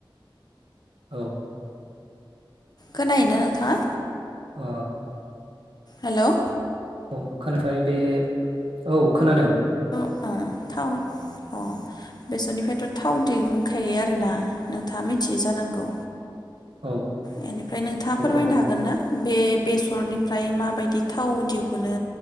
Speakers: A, on the right; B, on the left.
A: औ
B: खोनायोना नोंथाङा
A: अ
B: हेल'
A: औ खोनाफै बे औ खोनादों
B: अ थाव अ बेसरनिफ्रायथ थाव दिहुनखायो आरोना नोंथाङा मिथियै जानांगौ
A: औ
B: बेनिफ्राय नोंथाङा फोरमायनो
A: औ ओ
B: हागोन ना बे बेसरनिफ्राय माबायदि थाव दिहुनो